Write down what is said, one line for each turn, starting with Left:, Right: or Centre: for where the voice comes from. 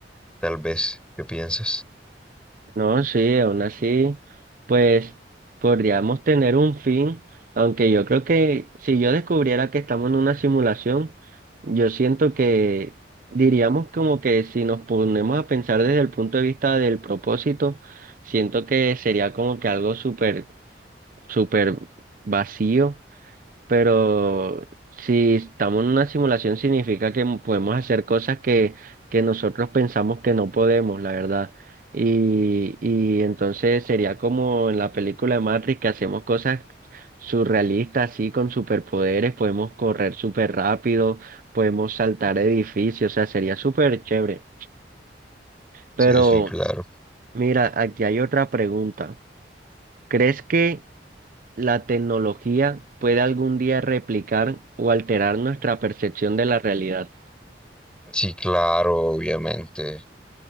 Centre: tal vez. ¿Qué piensas?
Right: No, sí, aún así, pues podríamos tener un fin, aunque yo creo que si yo descubriera que estamos en una simulación, yo siento que diríamos como que si nos ponemos a pensar desde el punto de vista del propósito, siento que sería como que algo súper, súper vacío pero si estamos en una simulación significa que podemos hacer cosas que, que nosotros pensamos que no podemos, la verdad. Y, y entonces sería como en la película de Matrix que hacemos cosas surrealistas, así con superpoderes, podemos correr súper rápido, podemos saltar edificios, o sea, sería súper chévere. Pero
Centre: Sí, sí, claro.
Right: mira, aquí hay otra pregunta. ¿Crees que la tecnología puede algún día replicar o alterar nuestra percepción de la realidad.
Centre: Sí, claro, obviamente.